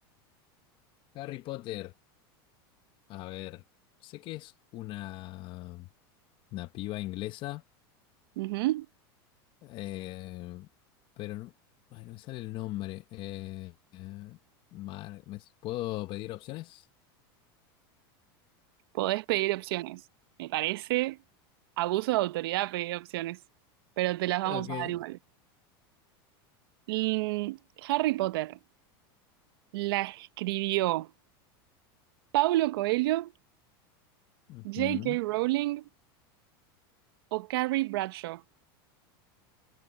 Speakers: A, on the left (about 40°); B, on the right (about 75°).
A: Harry Potter, a ver, sé que es una, una piba inglesa,
B: Ujú.
A: eh, pero no, ay, no me sale el nombre. eh, eh, Mar- ¿me s- ¿puedo pedir opciones?
B: Podés pedir opciones. Me parece abuso de autoridad pedir opciones, pero te las vamos
A: Ok.
B: a dar igual. Mm, Harry Potter, ¿la escribió Paulo Coelho,
A: Ujú.
B: J.K. Rowling o Carrie Bradshaw?